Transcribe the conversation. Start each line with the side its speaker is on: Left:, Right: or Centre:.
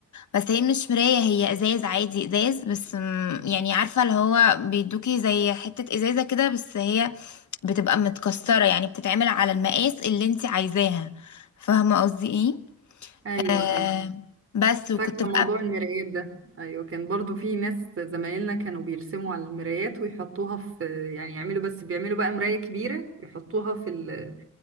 Left: بس هي مش مرايه هي ازاز عادي ازاز بس م- يعني عارفه اللي هو بيدوكي زي حته ازازه كده بس هي بتبقى متكسره يعني بتتعمل على المقاس اللي انت عايزاها فاهمه قصدي ايه
Right: ايوه
Left: آه
Right: اه
Left: بس وكنت
Right: فاكرة
Left: بقى
Right: موضوع المرايات ده أيوة كان برضو في ناس زمايلنا كانوا بيرسموا على المرايات ويحطوها في يعني يعملوا بس بيعملوا بقى مراية كبيرة يحطوها في ال